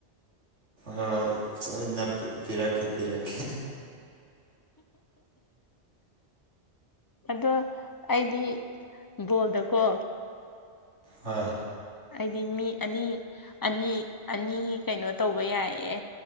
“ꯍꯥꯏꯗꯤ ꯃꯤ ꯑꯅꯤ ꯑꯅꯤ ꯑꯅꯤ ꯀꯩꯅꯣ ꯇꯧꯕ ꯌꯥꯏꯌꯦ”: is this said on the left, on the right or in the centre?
Left